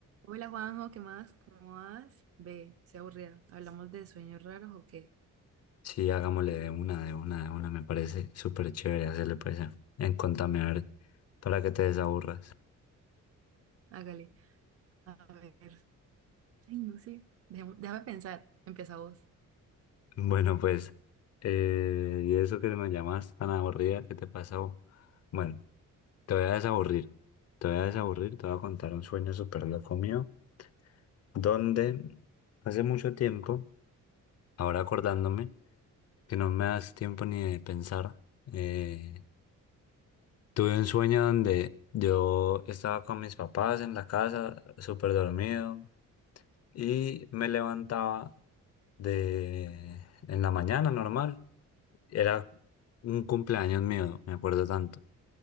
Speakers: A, on the right; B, on the left.
A: Hola Juanjo, ¿qué más? ¿Cómo vas? Ve, se aburrida. ¿Hablamos de sueños raros o qué?
B: Sí, hagámosle de una, de una, de una. Me parece súper chévere hacerle pues a- en contame a ver para que te desaburras.
A: Hágale. A ver. Ay, no sé. Déjame, déjame pensar. Empieza vos.
B: Bueno, pues, eh, y eso que me llamas tan aburrida, ¿qué te pasó? Bueno, te voy a desaburrir. Te voy a desaburrir, te voy a contar un sueño súper loco mío, donde hace mucho tiempo, ahora acordándome, que no me das tiempo ni de pensar, eh, tuve un sueño donde yo estaba con mis papás en la casa, súper dormido. y me levantaba de en la mañana normal. Era un cumpleaños mío, me acuerdo tanto.